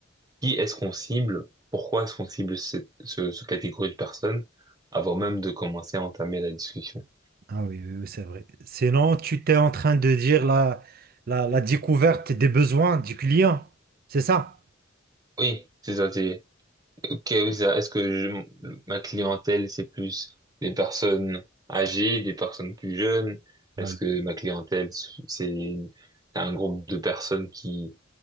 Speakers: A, on the right; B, on the right.
A: qui est-ce qu'on cible, pourquoi est-ce qu'on cible cette, ce, ce catégorie de personnes, avant même de commencer à entamer la discussion.
B: Ah oui, oui, oui, c'est vrai. Sinon, tu t'es en train de dire la, la, la découverte des besoins du client, c'est ça?
A: Oui, c'est ça, c'est, ok, oui, c'est ça, est-ce que je- ma clientèle, c'est plus des personnes âgées, des personnes plus jeunes? Est-ce
B: Ah oui,
A: que ma clientèle, c'est une- c'est un groupe de personnes qui,